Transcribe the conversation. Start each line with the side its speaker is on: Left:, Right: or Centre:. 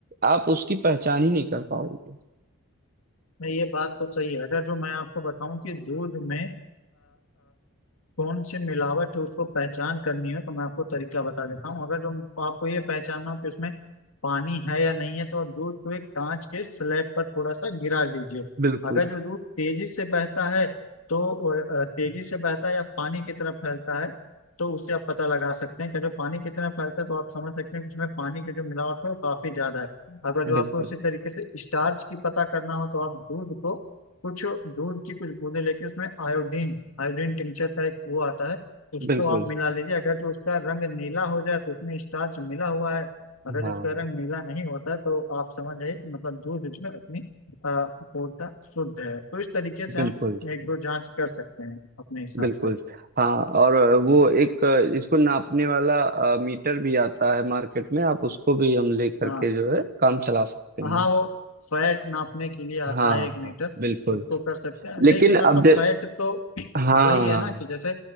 Right: आप उसकी पहचान ही नहीं कर पाओगे
Left: नहीं, ये बात तो सही है अगर जो मैं आपको बताऊं कि दूध में कौन सी मिलावट है उसको पहचान करनी है तो मैं आपको तरीका बता देता हूँ अगर जो आपको ये पहचानना हो कि उसमें पानी है या नहीं है तो आप दूध को एक कांच के स्लैब पर थोड़ा सा गिरा लीजिए
Right: बिल्कुल
Left: अगर जो दूध तेजी से बहता है तो अ, तेजी से बहता है या पानी की तरफ फैलता है तो उससे आप पता लगा सकते हैं कि जो पानी की तरफ फैलता है तो आप समझ सकते हैं कि उसमें पानी की जो मिलावट है वो काफी ज्यादा है अगर
Right: बिल्कुल
Left: जो आपको उसी तरीके से स्टार्च की पता करना हो तो आप दूध को कुछ दूध की कुछ बूंदे लेके उसमें आयोडीन आयोडीन टिंचर का एक वो आता है उसको
Right: बिल्कुल
Left: आप मिला लीजिए अगर जो उसका रंग नीला हो जाए तो उसमें स्टार्च मिला हुआ है अगर
Right: हाँ
Left: उसका रंग नीला नहीं होता तो आप समझ जाइए कि मतलब दूध जो है अपनी अ, पूर्णतः शुद्ध है तो इस तरीके से
Right: बिल्कुल
Left: हम एक दो जांच कर सकते हैं अपने हिसाब
Right: बिल्कुल
Left: से
Right: हाँ और वो एक इसको नापने वाला अ, मीटर भी आता है मार्केट में आप उसको भी हम ले करके
Left: आ,
Right: जो है काम चला सकते हैं
Left: हाँ वो फैट नापने के लिए आता
Right: हाँ
Left: है एक
Right: हाँ
Left: मीटर
Right: बिल्कुल
Left: उसको कर सकते हैं
Right: लेकिन
Left: लेकिन
Right: अब
Left: मतलब
Right: जै-
Left: फैट तो
Right: हाँ
Left: वही है ना कि जैसे